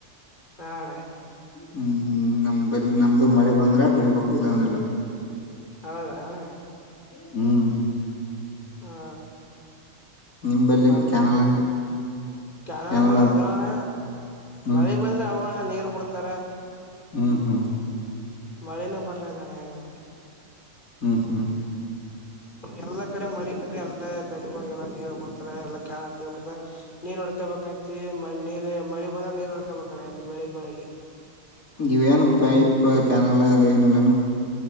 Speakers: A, on the left (about 30°); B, on the left (about 60°).
A: ಹಾ ಅಣ್ಣ
B: ಹ್ಮ್ ನಮ್ ಬಲಿ ನಮ್ದು ಮಳೆ ಬಂದ್ರ ಬೆಳಿಬೇಕು ಇಲ್ಲಂದಲ್ಲ
A: ಹೌದಾಣ
B: ಹ್ಮ್
A: ಹಾ
B: ನಿಮ್ ಬಲ್ಲಿ
A: ನಮದ
B: ಕ್ಯಾನಲ
A: ಕಾಣಾರ್ಬ
B: ಕ್ಯಾನಲ
A: ಅದಣ್ಣ
B: ಹ್ಮ್
A: ಮಳೆ ಬಂದ್ರೆ ಅವಣ್ಣ ನೀರ್ ಬಿಡ್ತಾರ
B: ಹ್ಮ್ ಹ್ಮ್
A: ಮಳೆನೇ ಬರ್ಲ ಇದ್ದಾಳೆ ಹೆಂಗ
B: ಹ್ಮ್ ಹ್ಮ್
A: ಎಲ್ಲಾ ಕಡೆ ಮಳೆ ಬಂದ್ರೆ ಎಲ್ಲಾ ನದಿಗಳಿಗೆ ಎಲ್ಲಾ ನೀರು ಕೊಡ್ತಾರೆ ಎಲ್ಲಾ ಕಾಣ ಬಿಡ್ತಾರೆ ನೀರ್ ಉಡ್ಕೋಬೇಕಂತ ಮ ನೀರ ಮಳಿಗ್ ಬಂದ್ರೆ ನೀರ್ ಉಡ್ಕೊಬೇಕಣ್ಣ ಇಲ್ಲಿ ಬೆಳಿಗ್ಳಗೆ
B: ಇವೇನು ಪೈಪ್ ಕ್ಯಾನಲ್ ಅದು ಏನುಲ್ಲೇನು